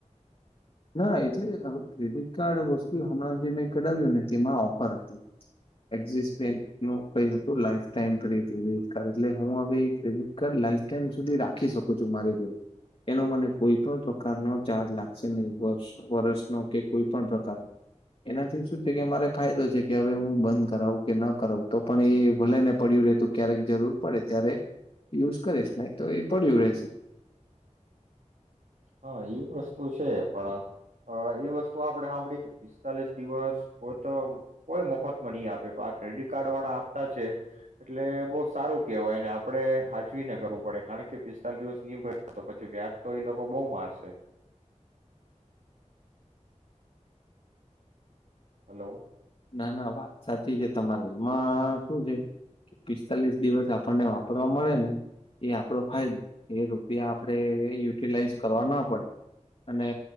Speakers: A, on the left (about 50°); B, on the right (about 80°).
A: ના એટલે હવે ક્રેડિટ કાર્ડ વસ્તુ હમણાં જે મેં કરાવ્યું ને તેમાં ઓફર હતી એક્સિસ બેંક નુ કઈ હતું લાઈફ ટાઈમ ફ કડિટ કાર્ એટલે હું હવે કડિટ કાર્ડ લાઈફ ટાઈમ સુધી રાખી શકું છું મારી જોડે એનો મને કોઈ પણ પ્રકારનો ચાર્જ લાગશે. કે નહી વર્ષ વરષનો કે કોઈ પણ પ્રકારનો એનાથી શું છે કે મારે ફાયદો છે કે હવે હું બંધ કરાવું કે ન કરાવું તો પણ એ ભલે ને પડ્યું રહેતું ક્યારેક જરૂર પડે ત્યારે યુઝ કરીશ નહી તો એ પડ્યું રહેશે.
B: હા એ વસ્તુ છે પણ એ વસ્તુ આપણે સાંભળી કે પિસ્તાલીસ દિવસ કો તો કોઈ મફત નહી આપે આ ક્રેડિટ કાર્ડ વાળા આપતા છે એટલે બહુ સારું કેહેવાયને આપડે સાચવીને કરવું પડે કારણ કે પિસ્તાલીસ દિવસ નિનીભર તો પછી વ્યાજ તો એ લોકો. બહુ મારશે. હલો.
A: ના ના વાત સાચી છે તમારી એમાં શું છે પિસ્તાલીસ દિવસ આપણને વાપરવા મળે ને એ આપડો ફાયદો એ રૂપિયા આપણેે યુટિલાઈઝ કરવા ના પડે અને